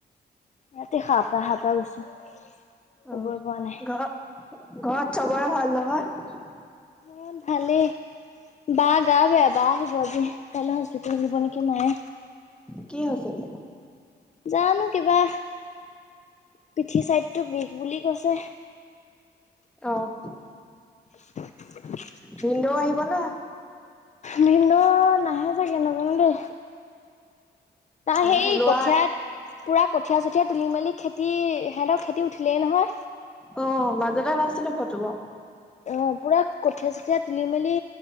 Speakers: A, on the left; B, in the centre.
A: ৰাতি খাহ পা খাহ পা গৈছো শুবই
B: অ ঘ
A: পৰা নাই
B: ঘৰত চবৰে ভাল ন হয়
A: অ ভালে বা গা বেয়া বা আহিব আজি কাইলৈ হস্পিতেেলত দিব নেকি মায়ে
B: কি আছিল
A: যাানো কিবা পিঠি চাইডতটো বিষ বুলি কৈছে
B: আহ
A: <unintelligible>
B: ভন্দ আহিব না
A: নিন্তু নাহে চাগে নাপন দেই তাৰ
B: অ
A: সেই
B: লৰা
A: কঠিয়াত পুৰা কঠিয় চঠীয়া তুলি মেলি খেতি সিহঁতক ৰা উঠিলেই নহয়
B: অ মাজতে নাছিলো ফটোবোৰ
A: অ পুৰা কঠীয়া চঠিয়ীয়া তুলি মেলি